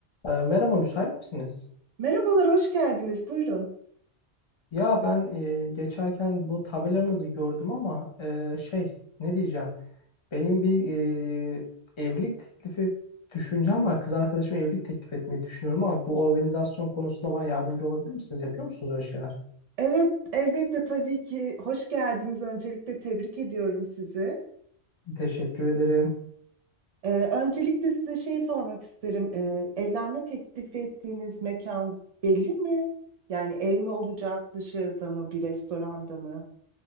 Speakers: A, on the left; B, on the right.
A: E, merhaba, müsait misiniz?
B: Merhabalar, hoş geldiniz. Buyurun.
A: Ya ben e, geçerken bu tabelanızı gördüm ama e, şey ne diyeceğim? Benim bir e, evlilik teklifi düşüncem var. Kız arkadaşıma evlilik teklif etmeyi düşünüyorum ama bu organizasyon konusunda bana yardımcı olabilir misiniz? Yapıyor musunuz öyle şeyler?
B: Evet, elbette tabii ki hoş geldiniz. Öncelikle tebrik ediyorum sizi.
A: Teşekkür ederim.
B: Ee, öncelikle size şey sormak isterim. Ee, evlenme teklifi ettiğiniz mekan belli mi? Yani ev mi olacak, dışarıda mı, bir restoranda mı?